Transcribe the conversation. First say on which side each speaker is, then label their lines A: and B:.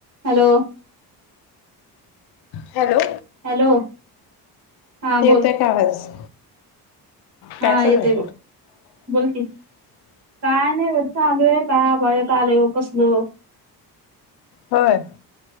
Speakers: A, on the right; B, on the left.
A: Hello
B: <inaudible> hello
A: hello हा
B: येतोय
A: बोल
B: का आवाज
A: हा
B: काय चाललंय
A: येतय बघ बोलकी काय नाय बघ चालूय का आभाळ एक <unintelligible> कसलं
B: होय